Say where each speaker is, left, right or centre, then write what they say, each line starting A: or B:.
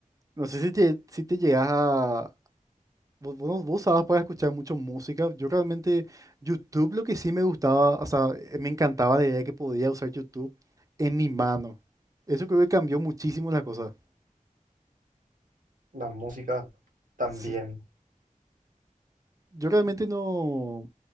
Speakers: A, on the right; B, on the right.
A: no sé si te, si te llegas a, Vos, vos, no, vos usabas para escuchar mucho música. Yo realmente, YouTube lo que sí me gustaba, o sea, eh, me encantaba la idea de que podía usar YouTube en mi mano. Eso creo que cambió muchísimo la cosa.
B: La música también.
A: Sí, Yo realmente no,